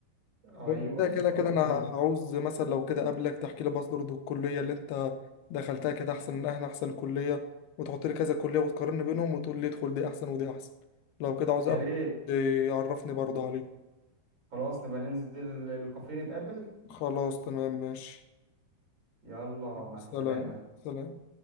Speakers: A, on the right; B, on the left.
A: ايوه
B: وانت
A: بالظبط
B: كده كده انا
A: كده
B: هعوز مثلا لو كده قبلك تحكي لي بس برضه الكليه اللي انت دخلتها كانت احسن من احنا احسن كليه وتحط لي كذا كليه وتقارن بينهم وتقول لي ادخل دي احسن ودي احسن لو كده عاوز
A: يا
B: قبلك
A: ريت
B: إيه، يعرفني برضه عليه
A: خلاص نبقى ننزل الكافيه نتقابل
B: خلاص تمام ماشي
A: يلا مع
B: سلام
A: السلامة
B: سلام